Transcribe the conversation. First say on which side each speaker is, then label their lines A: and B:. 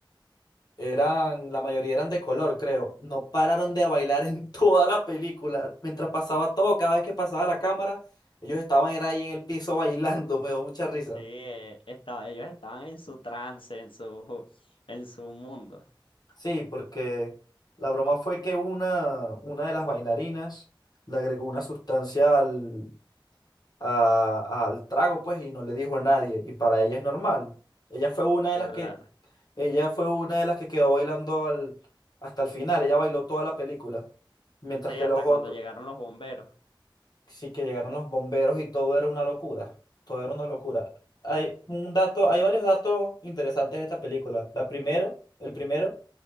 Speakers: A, on the left; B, on the left.
A: eran, la mayoría eran de color, creo, no pararon de bailar en <laughs> toda la película, mientras pasaba todo, cada vez que pasaba la cámara, ellos estaban era ahí en el piso bailando, me dio mucha risa.
B: Sí, eh, estaba- ellos estaban en su trance, en su, en su mundo.
A: Sí, porque la broma fue que una, una de las bailarinas le agregó una sustancia al, a- al trago, pues, y no le dijo a nadie. Y para ella es normal. Ella fue una de
B: Claro.
A: las que, ella fue una de las que quedó bailando al, hasta el final. Ella bailó toda la película. Mientras
B: Sí,
A: que
B: hasta
A: los otros,
B: cuando llegaron los bomberos.
A: sí que llegaron los bomberos y todo era una locura. Todo era una locura. Hay un dato, hay varios datos interesantes de esta película. La primero, el primero